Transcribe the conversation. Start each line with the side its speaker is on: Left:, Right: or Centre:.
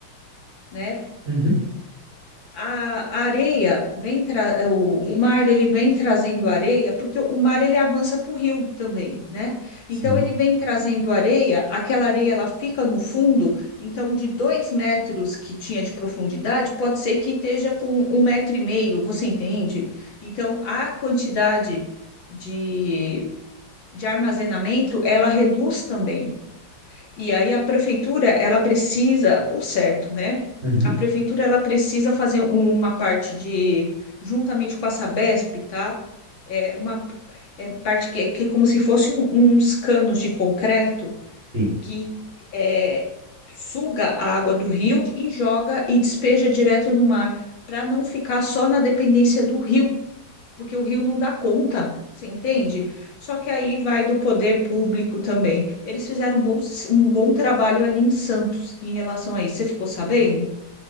Left: né?
Right: Uhum.
Left: A a areia vem tra... é, o, o mar ele vem trazendo areia porque o mar ele avança para o rio também, né?
Right: Sim.
Left: Então ele vem trazendo areia, aquela areia ela fica no fundo, então de dois metros que tinha de profundidade pode ser que esteja com um metro e meio, você entende? Então a quantidade de, de armazenamento ela reduz também. E aí a prefeitura, ela precisa, por certo, né?
Right: Uhum.
Left: A prefeitura, ela precisa fazer uma parte de, juntamente com a Sabesp, tá? É uma é parte que, que é como se fosse um- uns canos de concreto
Right: Sim.
Left: que é, suga a água do rio e joga e despeja direto no mar, para não ficar só na dependência do rio porque o Rio não dá conta, você entende? Só que aí vai do poder público também. Eles fizeram um bom, um bom trabalho ali em Santos em relação a isso. Você ficou sabendo?